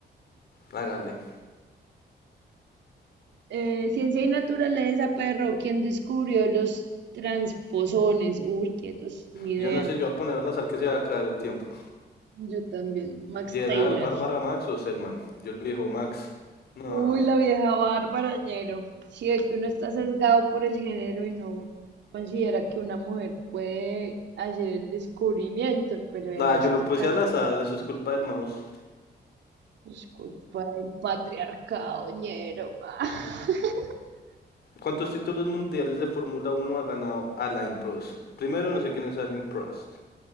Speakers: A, on the left; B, on the right.
A: Hágale.
B: Eh, ciencia y naturaleza, perro. ¿Quién descubrió los transposones? Uy, quietos, ni idea.
A: Yo no sé, yo voy a ponerlas al que se va a acabar el tiempo.
B: Yo también. Max
A: Gerard,
B: Taylor.
A: Bárbara, Max o Selman. Yo el viejo Max. No.
B: Uy, la vieja Bárbara Ñero. Sí, es que uno está sesgado por el género y no considera que una mujer puede hacer el descubrimiento, pero en
A: Ah,
B: este
A: yo lo puse
B: caso,
A: al azar,
B: mm,
A: eso es culpa del mouse.
B: es culpa del patriarcado Ñero. <laughs>
A: ¿Cuántos títulos mundiales de Fórmula Uno ha ganado Alain Prost? Primero no sé quién es Alain Prost.